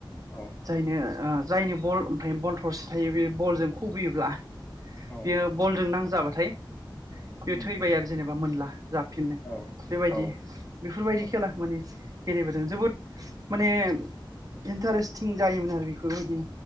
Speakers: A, on the left; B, on the right.
A: औ
B: जायनो जायनो बल ओमफ्राय बल थरसे थायो बे बलजों खुबैयोब्ला
A: औ
B: बियो बलजों नां जाबाथाय बे
A: उम
B: थैबाय आरो जेनेबा मोनला जाफिननो
A: औ
B: बेबायदि
A: औ
B: बेफोरबायदि
A: औ
B: खेलाखौ माने गेलेबोदों जोबोद माने इन्टारेस टिं जायोमोन आरो बेफोरबायदि